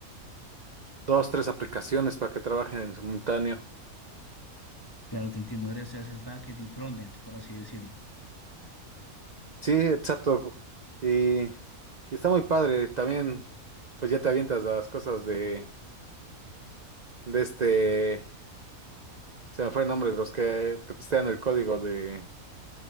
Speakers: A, on the right (about 35°); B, on the left (about 15°).
A: dos, tres aplicaciones para que trabajen en simultáneo.
B: Claro, te entiendo. Ahora se haces backend y frontend, por así decirlo.
A: Sí, exacto. Y, y está muy padre. También, pues ya te avientas a las cosas de, de este, se me fue el nombre, los que te testean el código de,